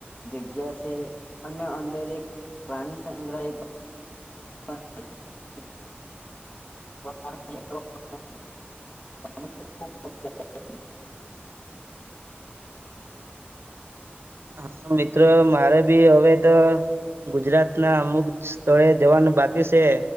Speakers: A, on the left; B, on the right.
A: જગ્યા છે અને અંદર એક પ્રાણી સંગ્રહી <unintelligible> <unintelligible>
B: હા મિત્રો મારે બી હવે તો ગુજરાત ના અમુક સ્થળે જવાનું બાકી છે